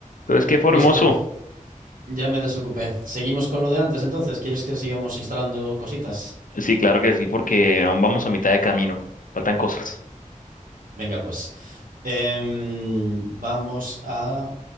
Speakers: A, on the left (about 75°); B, on the right (about 85°).
A: Entonces, qué formoso.
B: Listo, ya me desocupé. Seguimos con lo de antes, entonces. ¿Quieres que sigamos instalando cositas?
A: Sí, claro que sí, porque aún vamos a mitad de camino. Faltan cosas.
B: Venga, pues. Em, vamos a